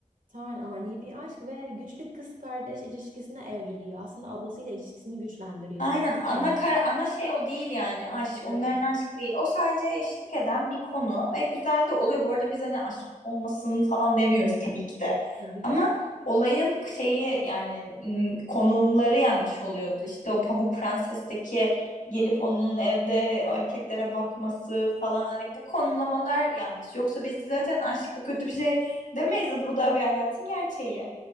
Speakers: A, on the right (about 80°); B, on the left (about 80°).
A: tamamen ani bir aşk ve güçlü kız kardeş ilişkisine evriliyor. Aslında ablasıyla ilişkisini güçlendiriyor.
B: Aynen ana
A: Bunun.
B: kara, ana şey o değil yani aşk
A: Evet,
B: onların aşkı değil o sadece eşlik eden bir konu ve güzel de oluyor bu arada biz hani aşk olmasın falan demiyoruz tabii ki de
A: tabii
B: ama
A: ki.
B: olayın şeyi yani m, konumları yanlış oluyordu işte o Pamuk Prenses'teki gelip onun evde erkeklere bakması falan hani bu konumlamalar yanlış yoksa biz zaten aşkı kötü bir şey demeyiz bu da bir hayatın gerçeği